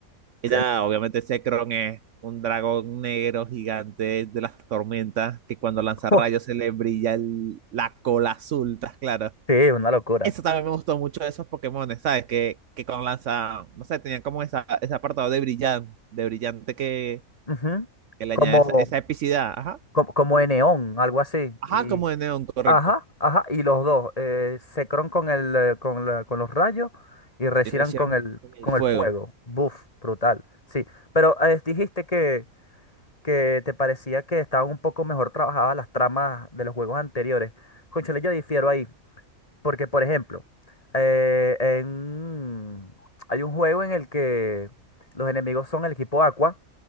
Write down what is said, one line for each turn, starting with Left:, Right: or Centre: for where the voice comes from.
Right: Y
Left: Se-
Right: nada, obviamente Zekrom es un dragón negro gigante de las tormentas que cuando lanza
Left: <laughs>
Right: rayos se le brilla el- la cola azul, <laughs> ¿estás claro?
Left: Sí, es una locura.
Right: Eso también me gustó mucho de esos Pokémones, ¿sabes? Que, que con lanza, no sé, tenían como esa, ese apartado de brillante, de brillante que,
Left: Ujú.
Right: que le
Left: Como,
Right: añade esa, esa epicidad. Ajá.
Left: como, como en neón algo así.
Right: Ajá,
Left: Y,
Right: como de neón, correcto.
Left: ajá, ajá. Y los dos, eh, Zekrom con el, eh, con la- con los rayos y Reshiram
Right: Y reaccionan
Left: con el,
Right: con el
Left: con
Right: fuego.
Left: el fuego.
Right: <laughs>
Left: Buf, brutal. Sí, pero eh, dijiste que, que te parecía que estaban un poco mejor trabajadas las tramas de los juegos anteriores. Cónchale, yo difiero ahí. Porque, por ejemplo, eh, en- hay un juego en el que los enemigos son el equipo Aqua.